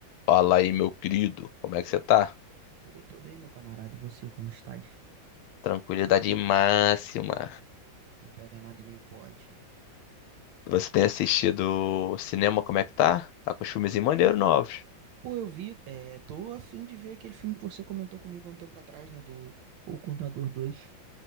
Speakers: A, on the left (about 80°); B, on the right (about 75°).
A: Fala aí, meu querido, como é que você tá?
B: Pô, tô bem, meu camarada. E você, como estás?
A: Tranquilidade máxima.
B: Não pega nada e nem pode.
A: Você tem assistido cinema, como é que tá? Tá com os filmes maneiros novos.
B: Pô, eu vi, é, tô a fim de ver aquele filme que você comentou comigo há um tempo atrás, né, do O Contador dois